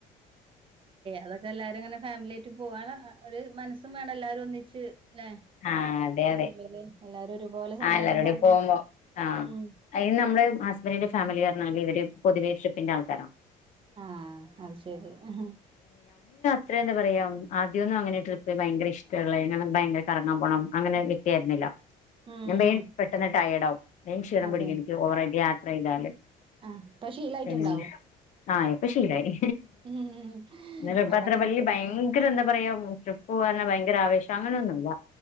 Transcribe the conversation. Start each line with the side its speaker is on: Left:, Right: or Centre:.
Right: <inaudible> അതൊക്കെ എല്ലാരും ഇങ്ങനെ ഫാമിലിായിട്ട് പോവാൻ ഒരു മനസ്സും വേണം എല്ലാരും ഒന്നിച്ച് ല്ലെ
Left: ആഹ അതെ
Right: ഫാമിലി
Left: അതെ
Right: എല്ലാരും ഒരുപോലെ സമ്മതം
Left: ആ എല്ലരുോടയും
Right: പറഞ്ഞു
Left: പോകുമ്പോ ആഹ
Right: ഉം
Left: അ നമ്മള് ഹസ്ബൻഡിന്റെ ഫാമിലി പറഞ്ഞല് ഇവര് പൊതുവേ ട്രി പ്പിന്റെ ആൾക്കാരാം
Right: ആഹ് അ ശെരി ആ
Left: ഇത്ര എന്താ പറയാ ആദ്യമന്നും അങ്ങനെ ട്രിപ്പ് ഭയങ്കര ഇഷ്ടുള്ളനെ ഭയങ്ക കറങ്ങാൻ പോണം അങ്ങനെ വ്യക്തിയായിരുന്നില്ല
Right: ഉം
Left: ഞാൻ വേഗം
Right: ഉം
Left: പെട്ടെന്ന് ടയർഡ് ആാവും വേഗം ക്ഷീണം
Right: അതെ
Left: പിടിക്കും എനിക്ക് ഓവറായിട്ട് യാത്ര ചെയ്താല്
Right: ആഹ് ഇപ്പൊ ശീലായിട്ടുണ്ടാവും
Left: പിന്നെ ആ് എപ്പൊ ശീലായി
Right: ഉം
Left: എന്നാലുമിപ്പത്ര
Right: അതങ്ങനെ
Left: വലിയ
Right: തന്നെ
Left: ഭയങ്കര എന്താ പറയാ ട്രിപ്പ്പോവാൻ ഭയങ്കര <unintelligible> അങ്ങനൊന്നുമല്ല